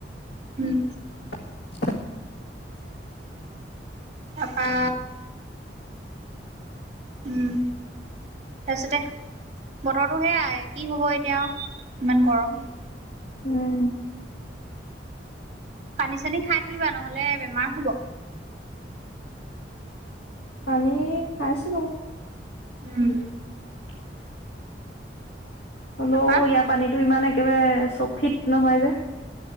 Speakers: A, on the right (about 40°); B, on the left (about 75°).
A: উম।
B: <inaudible>
A: তাৰপা উম। তাৰপিছতে বতৰটো সেয়াই কি হ'ব এতিয়া ইমান গৰম।
B: উম।
A: পানী চানী খাই থাকিবা নহলে বেমাৰ হ'ব।
B: পানী খাইছো বাৰু।
A: উম।
B: <inaudible> হলেও
A: তাৰপা
B: ইয়াৰ পানীতটো ইমান একেবাৰে চফিত নহয় যে